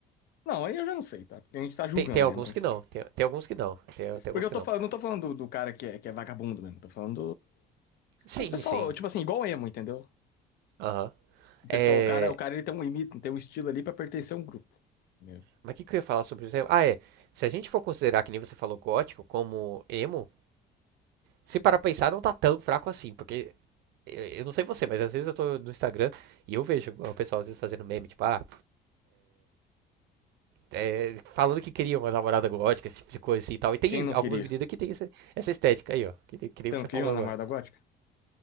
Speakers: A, on the left; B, on the right.
A: Não, aí eu já não sei, tá? Porque a gente tá julgando,
B: Tem, tem alguns
A: né? Mas.
B: que não. Tem, tem alguns que não. Tem, tem
A: Porque
B: alguns
A: eu
B: que
A: tô
B: não.
A: falando, não tô falando do, do cara que é, que é vagabundo mesmo, tô falando
B: Sim,
A: do. do pessoal,
B: sim.
A: tipo assim, igual emo, entendeu?
B: Aham.
A: O
B: É,
A: pessoal, o cara, o cara ele tem um limite, tem um estilo ali pra pertencer a um grupo. entendeu?
B: mas o que, que eu ia falar sobre isso? Ah, é. Se a gente for considerar, que nem você falou, gótico como emo, se para pensar, não tá tão fraco assim. Porque eh, eu não sei você, mas às vezes eu tô no Instagram e eu vejo o pessoal às vezes fazendo meme, tipo, ah, é, falando que queria uma namorada gótica, esse tipo de coisa assim e tal. E tem
A: Quem não
B: algumas
A: queria?
B: meninas que tem essa, essa estética aí, ó. Que, nem- que nem
A: Você
B: você
A: não queria
B: falou
A: uma
B: agora.
A: namorada gótica?